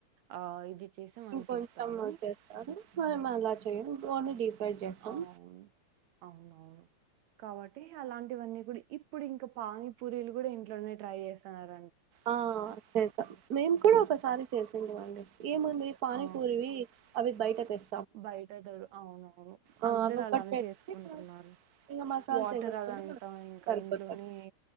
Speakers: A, on the right (about 75°); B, on the right (about 35°).
A: ఆ ఇది చేసి మనకి
B: ఇంకొంచెం
A: ఇస్తారు
B: చేస్తారు మేము అలా చేయం ఓన్లీ డీప్ ఫ్రై చేస్తాం
A: అవున్ అవున కాబట్టి అలా ఇవన్నీ కూడా ఇప్పుడు ఇంకా పానీ పూరీలు కూడా ఇంట్లోనే ట్రై చేస్తున్నార
B: ఆ చేస్తాం మేము కూడ ఒకసారి చేసింటిమి అండి ఏముంది పానీపూరివి
A: ఆ!
B: అవి బయట తెస్త
A: బయట దొర అవునవును
B: ఆ,
A: అందరు
B: అవి ఒకటి
A: అలానే
B: తెచ్చి
A: చేసుకుంటున్నారు
B: ఇంకా మసాలా
A: వాటర్
B: చేసేసుకుంటే
A: అదంతా
B: మనకి
A: ఇంకా
B: సరిపోతది
A: ఇంట్లోనే